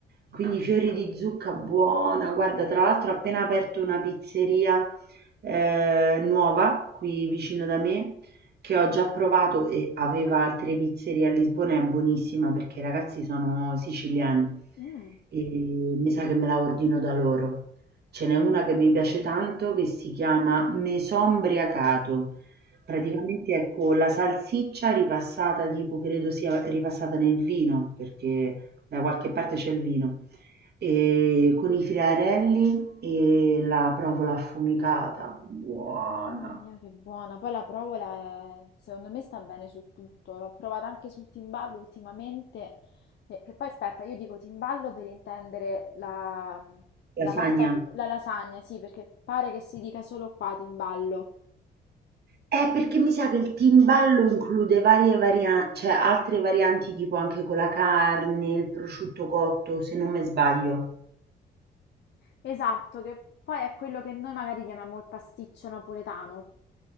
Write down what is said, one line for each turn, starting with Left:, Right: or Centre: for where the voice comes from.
Right: Quindi fiori di zucca buona, guarda, tra l'altro ho appena aperto una pizzeria eh, nuova qui vicino da me che ho già provato e aveva altre pizzerie a Lisbona, è buonissima perché i ragazzi sono siciliani
Left: Mm.
Right: e mi sa che me la ordino da loro. Ce n'è una che mi piace tanto che si chiama Mesombriacato. Praticamente è con la salsiccia ripassata, tipo credo sia ripassata nel vino, perché da qualche parte c'è il vino e con i friarelli e la provola affumicata, buona.
Left: Mamma mia, che buona! Poi la provola, è- secondo me, sta bene su tutto. L'ho provata anche sul timballo ultimamente. eh, Che poi, aspetta, io dico timballo per intendere la, la
Right: Lasagna.
Left: pasta, al fo- la lasagna, sì, perché pare che si dica solo qua timballo.
Right: Eh, perché mi sa che il timballo include varie varianti, cioè altre varianti tipo anche con la carne, il prosciutto cotto, se non me sbaglio.
Left: Esatto, che poi è quello che noi magari chiamiamo il pasticcio napoletano.